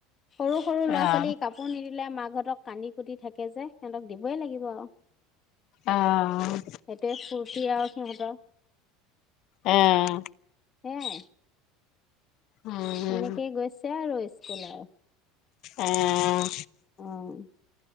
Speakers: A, on the left (about 30°); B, on the left (about 55°).
A: সৰু সৰু ল'ৰা
B: অ',
A: ছোৱালী কাপোৰ নিদিলে মাক সিহঁতক কান্দি কুটি থাকে যে সিহঁতক দিবই লাগিব আৰু সেইটো
B: অ',
A: ফূুৰ্তি আৰু সহত <unintelligible>
B: আহঁ
A: সেয়াই
B: উম,
A: এনেকৈ গৈছে আৰু সেয়া উম
B: অঁ
A: অঁ